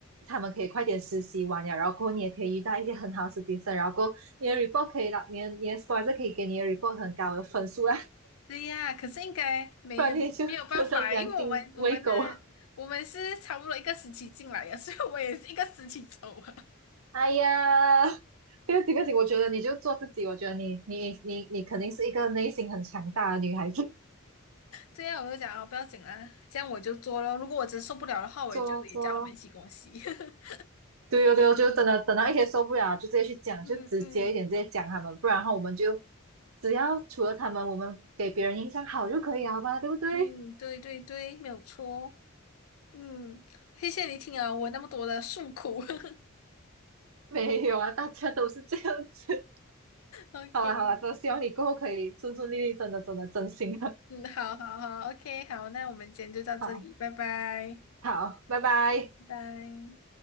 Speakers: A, on the right (about 70°); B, on the left (about 80°).
A: 他们可以快点实习完了，然后过后你也可以遇到一些很好的实习生，然后过后你的 report 可以拿你的你的 s p o r s o r 可以给你的 report 很高的分数啦，
B: 对呀，可是应该没有没有办法，
A: 不然你就真的良心喂狗。
B: 因为我们我们的我们是差不多一个时期进来的，
A: <laughs>
B: 所以我也是一个时期走啊。
A: 哎呀，这个这个事情，我觉得你就做自己，我觉得你你你你肯定是一个内心很强大的女孩子，
B: 这样我就讲啊，不要紧啦，这样我就做咯。如果我真受不了的话，我就也叫他们一起跟我洗。
A: 做做
B: <laughs>
A: 对哦，对哦，就是真的等到一天受不了，就直接去讲，
B: 嗯嗯
A: 就直接一点，直接讲他们，不然的话我们就只要除了他们，我们给别人印象好就可以了嘛，对不对？
B: 嗯，对对对，没有错。嗯，谢谢你听啊，我那么多的诉苦。<laughs>
A: 没有啊，大家都是这样子。<laughs>
B: OK，
A: 好了好了，真的希望你过后可以顺顺利利，真的真的真心的。
B: 嗯，好好好，OK，好，那我们今天就到这里，
A: 好
B: 拜拜，
A: 好，拜拜。
B: 拜拜。